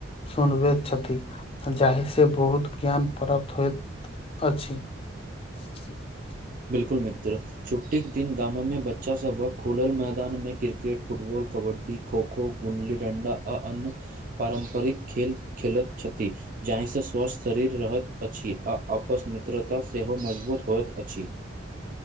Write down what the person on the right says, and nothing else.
बिल्कुल मित्र छुट्टी कऽ दिन गाम में बच्चा सभ हक खुलल मैदान में क्रिकेट फुटबॉल कबड्डी खोखो गुली डण्डा आ अन्य पारम्परिक खेल खेलैत छथि जाहि से स्वस्थ शरीर रहैत अछि आ आपस मित्रता सेहो मजबूत होइत अछि